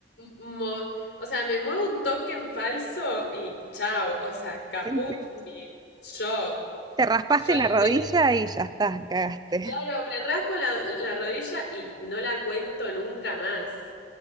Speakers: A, on the left; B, on the right.
A: mo- o sea, me muevo un token falso y chao, o sea, caput
B: Sí, sí.
A: mi yo,
B: Te raspaste
A: yo
B: la
A: entera.
B: rodilla y ya está, cagaste.
A: Claro, me raspo la, la rodilla y no la cuento nunca más.